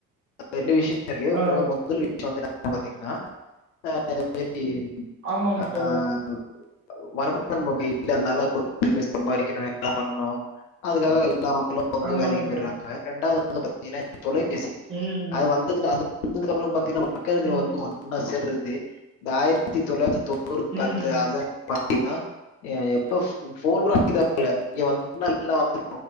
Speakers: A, on the left; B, on the right.
A: ரெண்டு விஷயத்துலயே
B: ஆ
A: ஒரு மொதல் விஷயோ வந்து என்னன் பாத்தீங்ன்னா அ இந்த மாரி
B: ஆமாங்க
A: அ
B: தோழர்
A: <inaudible> நம்ம வீட்ல சம்பாரிக்கிறவ என்ன பண்ணு அதுக்காக எல்லா மக்களோ <unintelligible> வந்து
B: ஆமாங்க
A: வேலைக்கு போயிறாங்க
B: தோழர்
A: ரெண்டாவது வந்து பாத்தீங்கன்னா தொலைபேசி
B: ம்
A: அது வந்ததுல அது வந்ததுக்கு அப்றோ பாத்தீங்கன்னா <unintelligible>
B: ம்
A: ஒண்ணா சேர்றது இந்த ஆயிரத்தி தொள்ளாயிரத்தி தொண்ணூறு பத்து
B: ம்
A: <unintelligible> பாத்தீங்ன்னா எ எப்போ ஃபோன் கூட இங்க வந்து எல்லா <unintelligible>